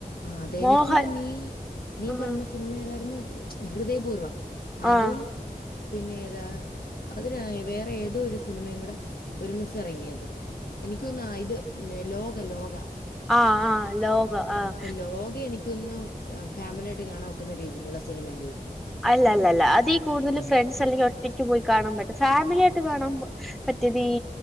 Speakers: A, on the left; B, in the centre.
A: ആഹ് അതെനിക്കു
B: മോഹൻ
A: തോന്നി നീ
B: ഉം
A: പറഞ്ഞ സിനിമ ഏതായിരുന്നു ഹൃദയപൂർവം അതും
B: ആഹ്
A: പിന്നെ ഏതാ അതിനാ വേറെ ഏതോ ഒരു സിനിമയും കൂടെ ഒരുമിച്ചെറങ്ങിയത് എനിക്ക് തോന്ന്ന്ന് ആഹ് ഇത് മ് നേ ലോക ലോക
B: ആഹ് ആഹ് ലോക
A: ആ
B: ആഹ്
A: അപ്പൊ ലോക എനിക്കോന്നുന്നു ആഹ് ഫാമിലിയായിട്ട് കാണാൻ ഒക്കുന്ന രീതീലൊള്ള സിനിമയല്ല
B: അല്ല അല്ല അല്ല അതീ കൂടുതല്
A: ഉം.
B: ഫ്രണ്ട്സ് അല്ലെങ്കി ഒറ്റയ്ക്ക് പോയി കാണാൻ പറ്റും ഫാമിലിയായ്ട്ട് കാണാൻ പ മറ്റെത് ഈ